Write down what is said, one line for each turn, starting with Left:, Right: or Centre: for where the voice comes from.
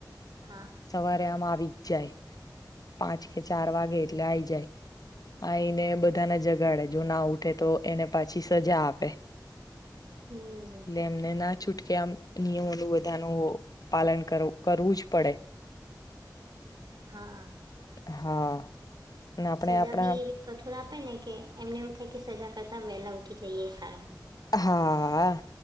Right: હા
Left: સવારે આમ આવે બજ જાય <inaudible> પાંચ કે ચાર વાગે એટલે આઈ જાય આઈને બધાને જગાડે જો ના ઉઠે તો એને પાછી સજા આપે
Right: હમ
Left: ને એમને નાચ છૂટકે આમ નિયમોનું બધાનું પાલન કરવું કરવુંજ પડે.
Right: હા
Left: હા. અને આપણે
Right: સજા
Left: આપણા
Right: બી એવી કઠોરા આપે આપે ને કે, એમને એવું થાય કે સજા કરતા વહેલા ઉઠી જઈએ એ સારું.
Left: હાઆ